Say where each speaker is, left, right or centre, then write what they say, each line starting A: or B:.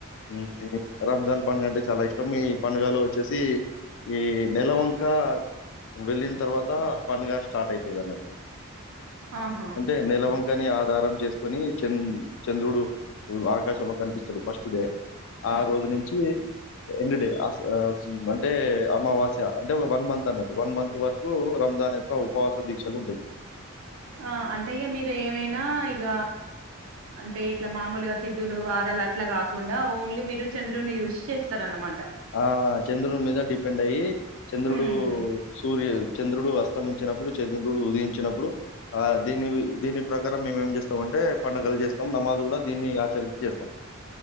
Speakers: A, on the left; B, on the right.
A: ఉమ్ రంజాన్ పండుగ అంటే చాలా ఇష్టం ఈ పండుగలో వచ్చేసి ఈ నెలవంక వెళ్ళిన్ తర్వాత పండగ స్టార్ట్ అయితది అన్నట్టు
B: ఆహా
A: అంటే నేలవంకని ఆధారం చేసుకొని చెన్ చంద్రుడు ఆకాశంలో కనిపిస్తడు ఫస్ట్ డే ఆ రోజు నుంచి ఎండ్ డే ఆస్ స్ అంటే అమావాస్య అంటే ఒ వన్ మంత్ అన్నట్టు వన్ మంత్ వరకు రంజానే ఉప ఉపవాస దీక్షలు ఉంటాయి
B: ఆ అంటె ఇగ మీరు ఏమైనా ఇగ అంటే ఇట్లా మామూలుగా తిథులు వారాలు అట్లా కాకుండా ఓన్లీ మీరు చంద్రుని చూసి చేస్తార్ అన్నమాట
A: ఆహ చంద్రున్ మీదక్ డిపెండ్ అయ్యి చంద్రుడు
B: ఉమ్
A: సూర్య చంద్రుడు అస్తమించినప్పుడు చంద్రుడు ఉదయించ్ వచ్చినప్పుడు ఆ దీని దీని ప్రకారం మేమేం చేస్తాం అంటే పండుగలు చేస్తాం నమాజ్ కూడా దీన్ని ఆచరించి చేస్తం